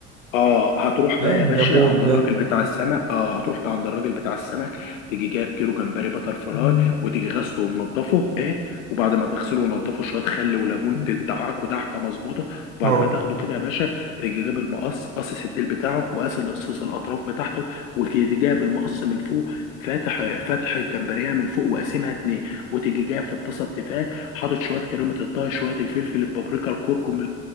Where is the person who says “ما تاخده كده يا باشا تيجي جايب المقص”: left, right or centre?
Left